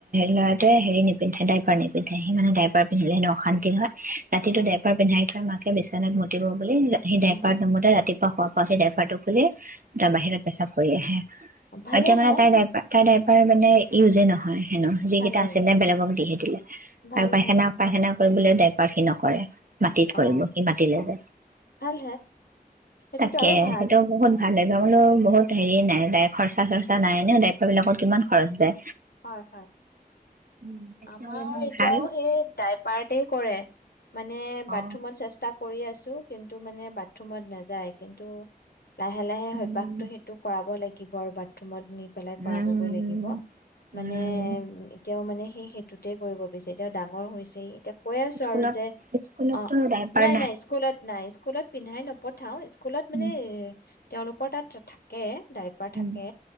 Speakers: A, on the right; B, on the left.
A: ল'ৰাটোৱে হেৰি নিপিন্ধে ডাইপাৰ নিপিন্ধে, সি মানে ডাইপাৰ পিন্ধিলে হেনো অশান্তি হয় ৰাতিটোত
B: উম
A: এবাৰ পিন্ধাই থয় মা পি বিচনাত মুতিব বুলি সি ডাইপাৰত
B: উম
A: নুমুতে ৰাতি শুৱা পৰা উঠি ডাইপাৰটো খুলি এটা বাহিৰত পেচাব হৈ আহে
B: উম ভালে
A: এতিয়া মানে
B: হে
A: তাই ডাইপাৰ তাইৰ ডাইপাৰ মানে উজে নহয় হে ন যিকেইটা
B: ভালে
A: আছিলে বেগক দি
B: ভালে
A: আৰু পাইখানা
B: হে
A: পায়খানা কৰিবলৈ দায়পাৰ সেই নকৰে মাটিত
B: অ
A: কৰিব সি মাটিলে
B: অ
A: যায়
B: ভাল সেইটোতো
A: তাকে
B: আৰু ভাল
A: সেইটো বহুত ভাল ডাইপাৰ বোলো বহুত হেৰি নাই তাইৰ খৰ্চা চৰ্চা নাই এনেও ডাইপাৰবিলাকত কিমান খৰচ যায়
B: হয় হয়
A: উম, তেতিয়াহ'লে
B: আমাৰ
A: ইমান
B: এতিয়াও
A: ভাল
B: সেই ডাইপাৰটেই কৰে মানে বাথৰুমত
A: অ
B: চেষ্টা কৰি আছো কিন্তু মানে বাথৰুমত নাযায় কিন্তু লাহে লাহে
A: উম
B: অভ্যাসটো সেইটো কৰাব লাগিব ইবাৰ বাথৰুমত নি পেলাই কৰাবগৈ
A: উম
B: লাগিব
A: উম
B: মানে উ তেওঁ মানে সেই সেইটোতে কৰিব বিচাৰে এ তেওঁ ডাঙৰ হৈছে এতিয়া কৈ আছো
A: স্কুলত
B: আৰু যে
A: স্কুলতো
B: অ
A: ডাইপাৰ
B: নাই নাই স্কুলত নাই স্কুলত পিন্ধাই নপঠাওঁ কোলাত মানে
A: উম
B: তেওঁলোকৰ তাত থাকে ডাইপাৰ
A: উম
B: থাকে